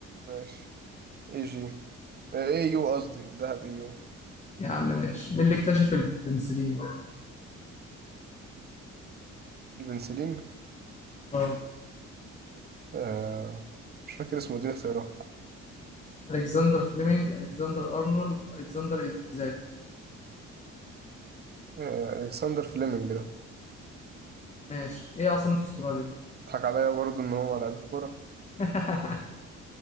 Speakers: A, on the right; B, on the left.
A: ماشي اي جي آه، اي يو قصدي الذهب اي يو
B: يا عم ماشي مين اللي اكتشف البنسلين
A: البنسلين
B: اه
A: آه مش فاكر اسمه دي اختيارات
B: الكسندر فليمنج الكسندر ارنولد الكسندر ايزاك
A: آه الكسندر فليمنج ده
B: ماشي ايه عاصمة استراليا
A: ضحك عليا برضه ان هو لعيب الكوره
B: <laughs>